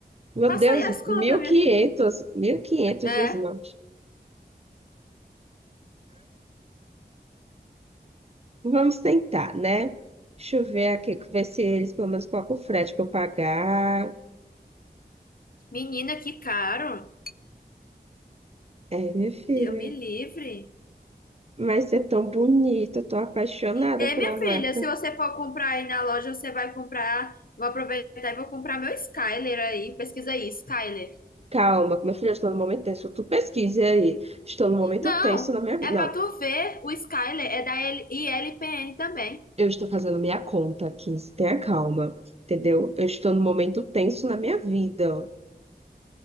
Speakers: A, on the right; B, on the left.
A: Meu
B: Faça
A: Deus,
B: aí as
A: 1.500.
B: contas, minha filha.
A: 1.500
B: É,
A: de esmalte. Vamos tentar, né? Deixa eu ver aqui, ver se eles pelo menos colocam o frete para eu pagar.
B: menina, que caro.
A: É, minha filha.
B: Eu me livre.
A: Mas é tão bonito, eu tô apaixonada
B: É,
A: pela
B: minha filha,
A: marca.
B: se você for comprar aí na loja, você vai comprar. Vou aproveitar e vou comprar meu Skyler aí. Pesquisa aí, Skyler.
A: Calma, minha filha, eu estou no momento tenso. Tu pesquise aí. Estou no momento
B: Não,
A: tenso na minha vida.
B: é
A: Não,
B: pra tu ver. O Skyler é da L- ILPN também.
A: eu estou fazendo minha conta aqui. Tenha calma, entendeu? Eu estou no momento tenso na minha vida.